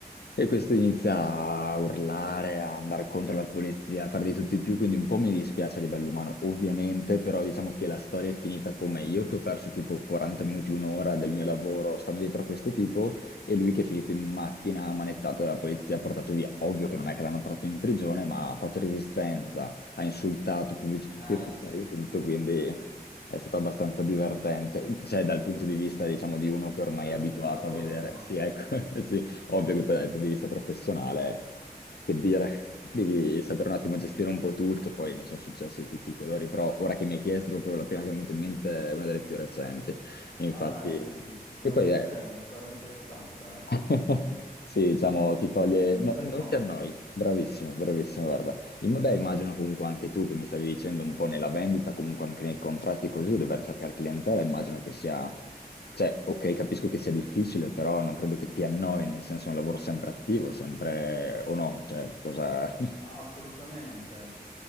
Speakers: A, on the left; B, on the left.
A: e questo inizia a urlare, a andare contro la polizia, a fare di tutto di più, quindi un po' mi dispiace a livello umano, ovviamente, però diciamo che la storia è finita come io che ho perso tipo 40 minuti, un'ora del
B: Sì.
A: mio lavoro stando dietro a questo tipo e lui che è finito in macchina, manettato dalla polizia, portato via. Ovvio che non è che l'hanno portato in prigione, ma ha fatto resistenza, ha insultato pubblici
B: Ah
A: ufficiali
B: sì,
A: e tutto, quindi... È stato abbastanza divertente, cioè dal punto di vista, diciamo, di uno che ormai
B: dallo
A: è abituato
B: spettatore,
A: a vedere,
B: no?
A: sì, ecco, <laughs> sì, Ovvio che poi dal punto di vista professionale, che dire, devi saper un attimo gestire un po' tutto, poi ne sono successi di tutti i colori, però ora che mi hai chiesto proprio la prima che mi è venuta in mente è una delle più recenti. Infatti,
B: Ah beh, sì, sì, sicuramente
A: e poi è
B: è una storia interessante, eh?
A: <laughs> Sì, diciamo, ti toglie...
B: N- non
A: no-
B: ti annoi?
A: non ti annoi. Bravissimo, bravissimo, guarda. Im- Vabbè, immagino comunque anche tu che mi stavi dicendo un po' nella vendita, comunque anche nei contratti così, dover cercare clientela, immagino che sia... Cioè, ok, capisco che sia difficile, però non credo che ti annoi, nel senso è un lavoro sempre attivo, sempre... o no, cioè, cosa
B: Ah, assolutamente.